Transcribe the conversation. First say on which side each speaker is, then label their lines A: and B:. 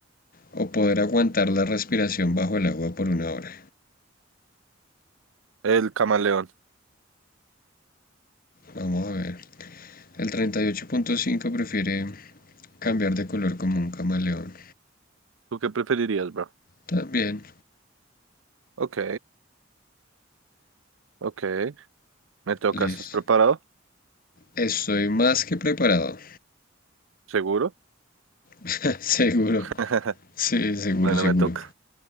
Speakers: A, on the left; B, on the right.
A: o poder aguantar la respiración bajo el agua por una hora?
B: El camaleón.
A: Vamos a ver. El treinta y ocho punto cinco prefiere cambiar de color como un camaleón.
B: ¿Tú qué preferirías, bro?
A: También,
B: Ok, ok. Me toca.
A: listo.
B: ¿Estás preparado?
A: Estoy más que preparado.
B: ¿Seguro?
A: <laughs> seguro.
B: <laughs>
A: Sí, seguro,
B: Bueno,
A: seguro.
B: me toca.